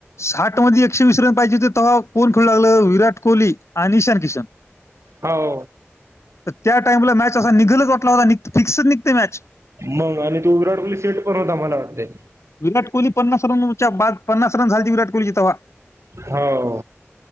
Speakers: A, on the left; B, on the right.
A: साठ मध्ये एकशे वीस रन पाहिजे होते. तेवा कोण खेळू लागलं. विराट कोहली आणि ईशान किशन.
B: हो.
A: तर त्या टाइमला, मॅच असा निघलच वाटला होता. फिक्सच निघतय मॅच.
B: मग आणि तो विराट कोली सेट पण होता. मला वाटतय.
A: विराट कोहली पन्नास रनच्या, बाद पन्नास रन झालती, विराट कोहलीच्या तवा.
B: हो.